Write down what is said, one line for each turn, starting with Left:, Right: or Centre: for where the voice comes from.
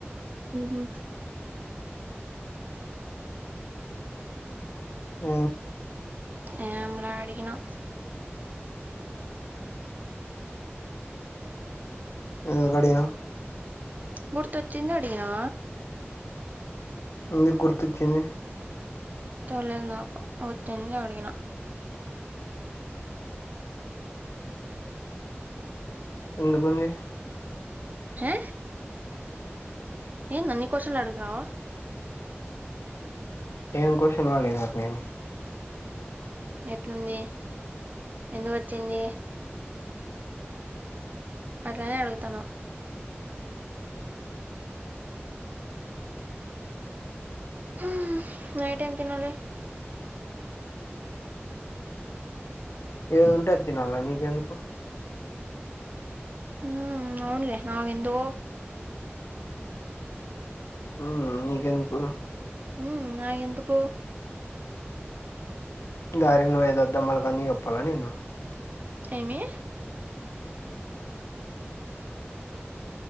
Right: ఊహూ
Left: ఊ
Right: ఏం లా అడిగినా
Left: <inaudible> అడిగినా
Right: గుర్తొచ్చింది అడిగినా
Left: ఎందుకు గుర్తొచ్చింది
Right: తెలీదు నాకు వచ్చింది అడిగినా
Left: ఎందుకుంది
Right: హే ఏంది అన్ని కొషన్లు అడుగుతున్నావు
Left: ఏం కొషన్లు అడిగినారు నిన్
Right: ఎట్లుంది ఎందుకొచ్చింది అట్లనేే అడుగుతన్నావ్ హ్మ్ నైట్ ఏం తినాలి
Left: ఏది ఉంటే అది తినాలి నీకెందుకు
Right: ఊ అవునులే నాకెందుకో
Left: ఊ నీకెందుకు
Right: ఊ నాగెంతుకు
Left: దారిన పోయే దద్దమ్మలకి అన్నీ చెప్పాలా నేను
Right: ఏమి